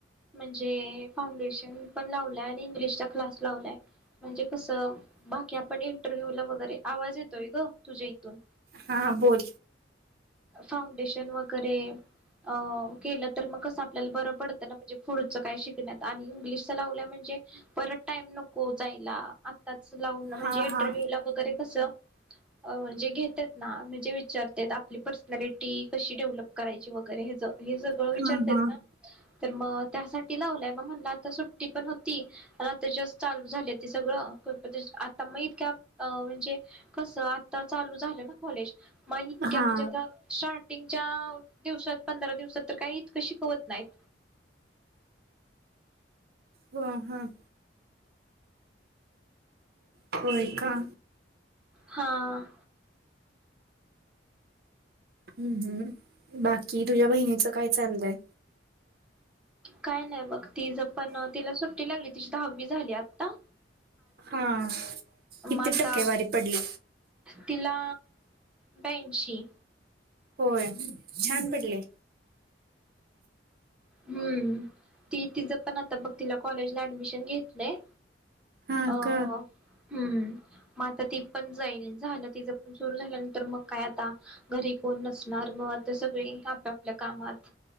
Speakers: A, in the centre; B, on the right.
A: म्हणजे फाउंडेशन पण लावलाय आणि इंग्लिशचा क्लास लावलाय म्हणजे कसं बाकी आपण इंटरव्ह्यू ला वगैरे.. आवाज येतोय गं तुझ्या इथून.
B: हा बोल
A: फाउंडेशन वगैरे अं केलं तर मग कसं.. आपल्याला बरं पडतं ना म्हणजे पुढचं काय शिकण्यात आणि इंग्लिशचा लावल्या म्हणजे परत टाईम नको जायला. त्याचं लावून म्हणजे
B: हा
A: इंटरव्ह्यू
B: हा
A: ला वगैरे कसं अ म्हणजे घेत्यात ना म्हणजे विचारत्यात आपली पर्सनॅलिटी कशी डेव्हलप करायची वगैरे हेचं हे सगळं
B: हा
A: विचारत्यात
B: हा
A: ना? तर मग त्यासाठी लावलंय मग म्हणला आता सुट्टी पण होती. आ त्याच्या चालू झाले ते सगळं आता मग इतक्या अं म्हणजे कसं आता चालू झालं ना कॉलेज म्हणजे
B: हा
A: आ स्टार्टिंगच्या दिवसात पंधरा दिवसात तर काही इतकं शिकवत नाहीत.
B: ह हं होय का?
A: हां
B: हं हं बाकी तुझ्या बहिणीचं काय चाललंय?
A: काय नाही बघ तिज पण तिला सुट्टी लागली तिची दहावी झाली आत्ता.
B: हा किती
A: आता
B: टक्के वारी पडली?
A: तिला ब्यांशी.
B: होय, छान पडले.
A: हं, ती तिचं पण आता बघ तिला कॉलेजला ऍडमिशन घेतलंय.
B: हा
A: अ
B: का
A: हं मग आता ती पण जाईल झालं तिचं पण सुरू झाल्यानंतर मग काय आता घरी कोण नसणार मग आता सगळे आपपल्या कामात.